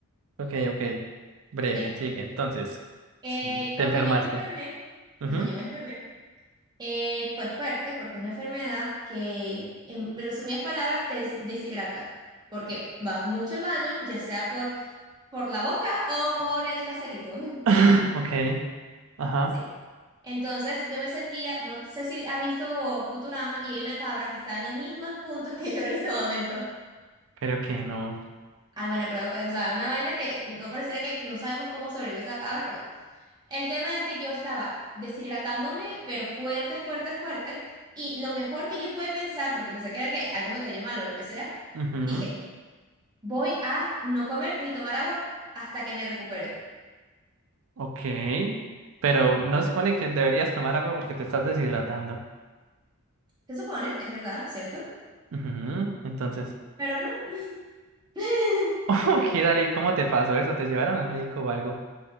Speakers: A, on the right; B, on the right.
A: Ok, ok. Breve,
B: Mira,
A: sigue. Entonces,
B: eh,
A: sí,
B: cuando
A: te enfermaste.
B: yo me enfermé,
A: Ujú.
B: ajá, yo me enfermé, eh, fue fuerte porque es una enfermedad que, en resumidas palabras, te des- deshidrata, porque vas mucho al baño, ya sea por, por la boca o por el traserito. <laughs>
A: <laughs> Ok. Ajá.
B: Sí. Entonces yo me sentía, no sé si has visto Futurama y hay una cabra que está en los mismos puntos que yo en ese momento.
A: Creo que no.
B: Ay, bueno, pero, eh, o sea, una vaina que no pareciera que no sabemos cómo sobrevivió esa cabra, pero el tema es que yo estaba deshidratándome, pero fuerte, fuerte, fuerte. Y lo mejor que yo pude pensar, porque pensé que era que algo me cayó mal o lo que sea,
A: Ujú.
B: dije, voy a no comer ni tomar agua hasta que me recupere.
A: Ok. Pero no se supone que deberías tomar agua porque te estás deshidratando.
B: Se supone, es verdad, ¿cierto?
A: Ujú. Entonces,
B: Pero no. <laughs>
A: <laughs> ok, dale, ¿cómo te pasó eso? ¿Te llevaron al médico o algo?